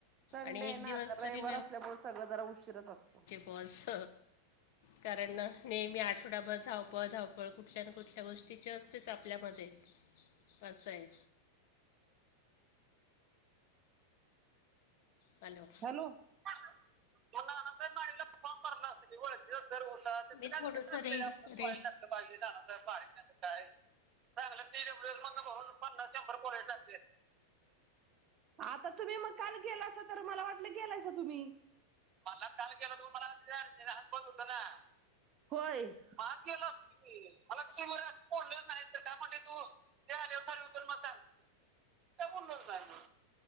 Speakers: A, on the right; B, on the left.
A: संडे
B: आणि
A: आहे
B: एक
A: ना,
B: दिवस
A: तर
B: तरी
A: रविवार असल्यामुळे सगळं जरा उशीरच असतं.
B: हो स कारण नेहमी आठवडाभर धावपळ धावपळ कुठल्या ना कुठल्या गोष्टी ची असतेच आपल्यामध्ये. असं आहे. हॅलो,
A: हॅलो, <unintelligible>
B: मी थोडंसं रेंज रेंज
A: चांगलं इ डब्ल्यू एस मधनं भरून पन्नास शंभर कोलिटी टाकली असती. आता तुम्ही म काल गेला अस तर, मला वाटलं गेलासा तुम्ही. मला काल गेला तो, मला वाटलं तिड आज बंद होतं ना. होय. आज गेलो आसतो की. मला तू बर अस बोललं नाही तर काय म्हणली तू त्या आल्यावर खाली उतर म सांग. काही बोललाच नाही म.